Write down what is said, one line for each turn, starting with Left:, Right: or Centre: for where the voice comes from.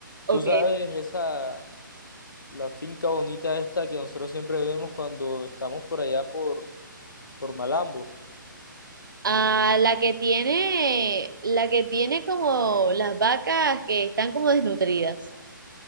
Right: Ok.
Left: Tú sabes esa, la finca bonita esta que nosotros siempre vemos cuando estamos por allá por, por Malambo.
Right: ah la que tiene, la que tiene como las vacas que están como desnutridas.